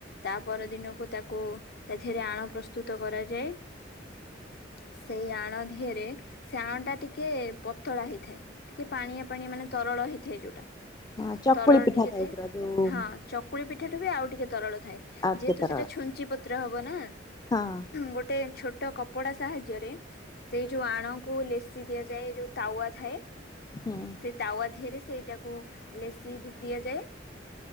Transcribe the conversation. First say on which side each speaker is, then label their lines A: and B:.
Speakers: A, on the left; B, on the left.
A: ତା ପର ଦିନକୁ ତାକୁ, ତା ଦେହରେ ଆଣ ପ୍ରସ୍ତୁତ କରାଯାଏ। ସେଇ ଆଣ ଧିଅରେ, ସେ ଆଣ ଟା ଟିକେ ପତଳା ହେଇଥାଏ। ଟିକେ ପାଣିଆ ପାଣିଆ ମାନେ ତରଳ ହେଇଥାଏ ଯୋଉଟା
B: ହଁ ଚକୁଳି
A: ତରଳ
B: ପିଠା
A: ଟିକେ
B: ଟାଇପ
A: ଥାଏ
B: ର ଯୋଉ
A: ହଁ କୁକୁଳି ପିଠାଠୁ ବି ଆଉ ଟିକେ ତରଳ ଥାଏ
B: ଆଉ
A: ଯେହେତୁ
B: କେତେରଳ
A: ସେଟା ଛୁଞ୍ଚି ପତ୍ର ହବ ନା
B: ହଁ।
A: ଗୋଟେ ଛୋଟ କପଡ଼ା ସାହାଯ୍ୟରେ ସେଇ ଯୋଉ ଆଣକୁ ଲେସିି ଦିଆଯାଏ ଯୋଉ ତାୱା ଥାଏ।
B: ହୁଁ।
A: ସେଇ ତାୱାରେ ସେଇଟାକୁ ଲେସିି ଦିଆଯାଏ।